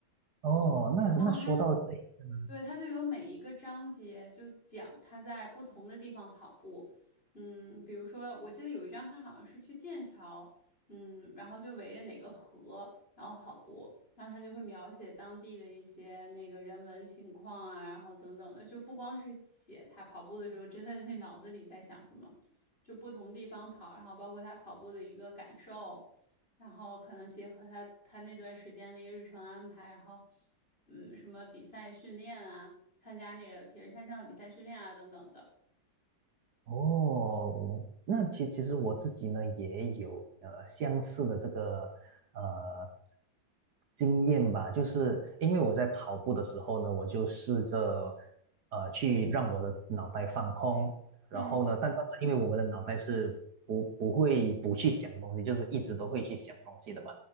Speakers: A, on the right; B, on the left.
A: 哦，那那说到这一个呢，
B: 然后他对，他就有每一个章节就讲他在不同的地方跑步，嗯，比如说我记得有一章他好像是去剑桥，嗯，然后就围着哪个河然后跑步，然后他就会描写当地的一些那个人文情况啊，然后等等的，就不光是写他跑步的时候真的那脑子里在想什么，就不同地方跑，然后包括他跑步的一个感受，然后可能结合他他那段时间的一个日程安排，然后。嗯，什么比赛训练啊，参加那个铁人三项的比赛训练啊等等的。
A: 哦，那其其实我自己呢也有呃相似的这个呃经验吧，就是因为我在跑步的时候呢，我就试着呃去让我的脑袋放空，然后呢，
B: 嗯
A: 但但是因为我们的脑袋是不不会不去想东西，就是一直都会去想东西的嘛，